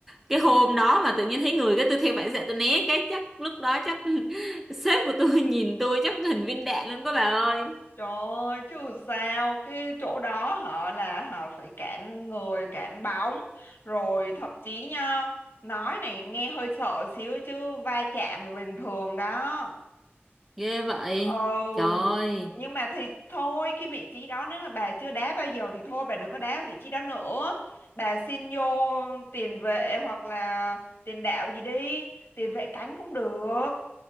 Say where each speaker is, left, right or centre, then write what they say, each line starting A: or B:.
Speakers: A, in the centre; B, on the left (about 55°).
A: cái hôm đó mà tự nhiên thấy người cái tôi theo phản xạ tôi né cái chắc lúc đó chắc <laughs> sếp của tôi nhìn tôi chắc hình viên đạn luôn các bà ơi
B: Trời ơi, chứ sao cái chỗ đó họ là họ phải cản người cản bóng rồi thậm chí nha nói này nghe hơi sợ xíu chứ va chạm là bình thường đó
A: ghê vậy
B: ừ
A: trời
B: nhưng mà thì thôi cái vị trí đó nếu mà bà chưa đá bao giờ thì thôi bà đừng có đá vị trí đó nữa bà xin vô tiền vệ hoặc là tiền đạo gì đi tiền vệ cánh cũng được